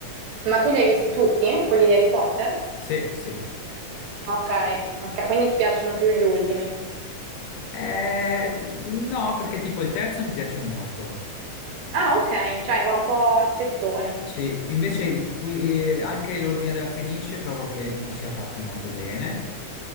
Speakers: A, on the right (about 75°); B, on the left (about 80°).
A: Ma tu li hai visti tutti, quelli di Harry Potter?
B: Sì, sì.
A: Ok, ok, quindi ti piacciono più gli ultimi.
B: Eh, no, perché tipo il terzo mi piace molto.
A: Ah, ok, cioè va un po' a spezzoni.
B: Sì, invece il qui- eh, anche l'Ordine della Fenice trovo che non sia fatto molto bene,